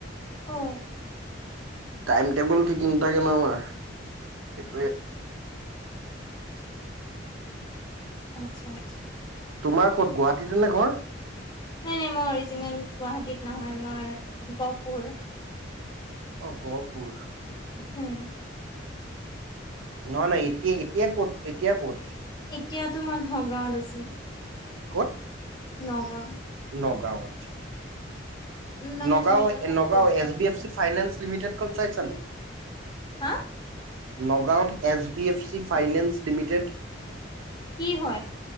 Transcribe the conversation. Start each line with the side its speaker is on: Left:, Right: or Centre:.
Left: অ
Right: টাইম টেবুল ঠিক নাথাকে ন আমাৰ সেইটয়ে
Left: আচ্ছা আচ্ছা
Right: তোমাৰ কত গুৱাহাটীতে নে ঘৰ
Left: নাই নাই মই অৰিজিনেল গুৱাহাটীত নহয় মই গহপুৰ
Right: অ গহপুৰ
Left: হম
Right: নহ নহয় এতিয়া এতিয় ক'ত এতিয়া ক'ত
Left: এতিয়াতো মই নগাঁৱত আছো
Right: ক'ত
Left: নগাঁও
Right: নগাঁও আচ্ছা
Left: মানে
Right: নগাঁও
Left: মাহীৰ লগত
Right: নগাঁও
Left: ফুৰিবলৈ
Right: এচ
Left: আহিছো
Right: ড এফ চি ফাইনেন্স লিমিটেডখন চাইছে চানয়
Left: হা
Right: নগাঁৱত H D F C finance limited
Left: কি হয়